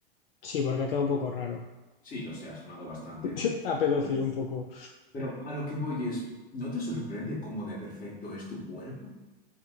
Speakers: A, on the left (about 70°); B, on the left (about 30°).
A: sí, porque ha quedado un poco raro.
B: Sí, lo sé, ha sonado bastante
A: <laughs>
B: de... forma.
A: A pedófilo un poco.
B: Pero a lo que voy es, ¿no te sorprende cómo de perfecto es tu cuerpo?